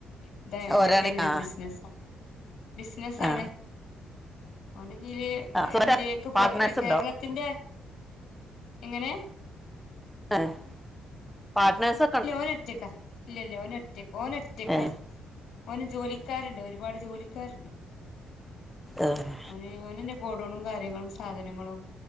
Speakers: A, on the left; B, in the centre.
A: ഇത്തെ ഇതൊക്കെയാണെലോ
B: ഓരാണ് ആ
A: ബിസിനസ്സ് ബിസിനസ്സ്
B: ആ
A: ആണ് അവന്റെ കീഴി
B: ആ
A: ഇന്ത്യയൊക്കെ
B: പാർട്ട്നേഴ്സ്
A: കൊറെ കേരള
B: ഉണ്ടോ
A: ത്തിന്റെ എങ്ങനെ
B: ആഹ് പാട്‌നേഴ്സ്
A: ഇല്ല ഓന് ഒറ്റക്ക ഇല്ല ഇല്ല ഓനൊറ്റക്ക ഓനൊറ്റക്കാ
B: ഏ
A: ഒറ്റക്കാ ഓന് ജോലിക്കാരുണ്ട് ഒരുപാട് ജോലിക്കാരുണ്ട്
B: ആഹ്
A: ഓന് ഓന് തന്നെ ഗോഡൗണും കാര്യങ്ങളും സാധനങ്ങളും